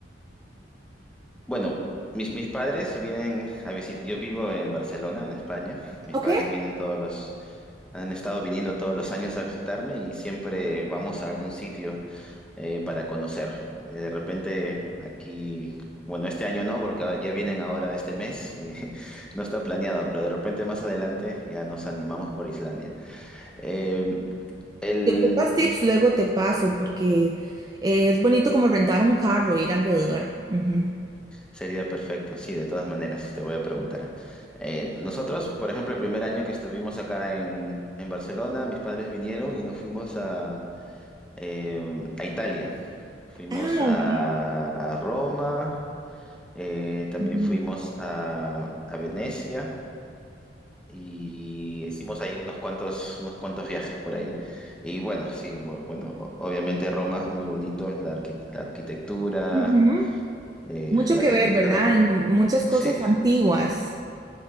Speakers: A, in the centre; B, on the right.
A: Bueno, mis, mis padres vienen a visitar, yo vivo en Barcelona, en España. Mis
B: Ok.
A: padres vienen todos los, han estado viniendo todos los años a visitarme y siempre vamos a algún sitio eh, para conocer. Eh, de repente aquí, bueno, este año no, porque ahora- ya vienen ahora este mes y <laughs> no está planeado, pero de repente más adelante ya nos animamos por Islandia. Eh, el-
B: Si ocupas tips, luego te paso, porque eh, es bonito como rentar un carro, ir alrededor. Ujú.
A: Sería perfecto, sí, de todas maneras, te voy a preguntar. Eh, nosotros, por ejemplo, el primer año que estuvimos acá en, en Barcelona, mis padres vinieron y nos fuimos a, eh, a Italia. Fuimos
B: Ah,
A: a,
B: ok.
A: a Roma, eh, también
B: Mm.
A: fuimos a, a Venecia y hicimos ahí unos cuantos, unos cuantos viajes por ahí. Y bueno, sí, bu- bueno, o- obviamente Roma, muy bonito, la, arqui- la arquitectura,
B: Ujú.
A: eh,
B: Mucho
A: la
B: que
A: arquitectura,
B: ver, ¿verdad? Hay muchas cosas
A: sí.
B: antiguas.